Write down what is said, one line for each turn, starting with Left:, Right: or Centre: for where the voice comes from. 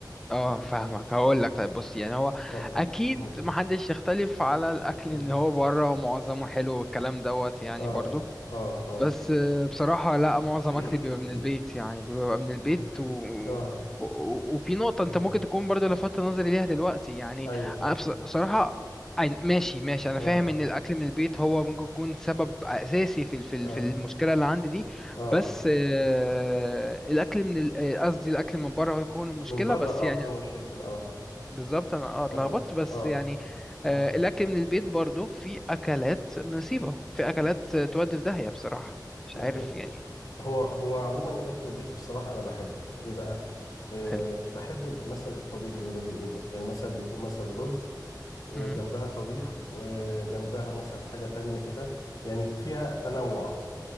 Centre: اه فاهمك هقول لك طيب بص يعني هو
Left: اتفضل
Centre: اكيد
Left: مم.
Centre: محدش يختلف على الاكل
Left: مم.
Centre: ان هو بره معظمه حلو والكلام دوت يعني
Left: اه
Centre: برضو
Left: اه اه
Centre: بس آه، بصراحة لا معظم
Left: <clears throat>
Centre: أكلي بيبقى من البيت يعني بيبقى من البيت
Left: مم.
Centre: و... و...
Left: اه
Centre: و- وفي نقطة
Left: مم.
Centre: أنت ممكن تكون برضو لفتت نظري ليها دلوقتي يعني
Left: ايوه
Centre: أنا بص- بصراحة أي- ماشي ماشي أنا
Left: اه
Centre: فاهم إن الأكل من البيت هو ممكن يكون سبب أساسي في ال- في ال-
Left: اه
Centre: في المشكلة اللي عندي دي
Left: اه
Centre: بس آه، الأكل من ال- آه، قصدي الأكل من بره هو يكون المشكلة
Left: من بره
Centre: بس
Left: اه
Centre: يعني
Left: في المشاكل اه
Centre: بالظبط انا اه اتلخبطت
Left: اه
Centre: بس
Left: اه
Centre: يعني آه
Left: اه
Centre: الاكل من البيت برضو في اكلات نصيبة في اكلات تودي في داهية بصراحة مش
Left: ما
Centre: عارف
Left: هي
Centre: يعني
Left: هو هو عموما الاكل البيتي بصراحه انا بحبه ليه بقى آه
Centre: حلو
Left: بحب مثلا الطبيخ زي ما بيقولوا يعني مثلا بيكون مثلا رز وجنبها
Centre: امم
Left: طبيخ وجنبها مثلا حاجه تانية كده يعني فيها تنوع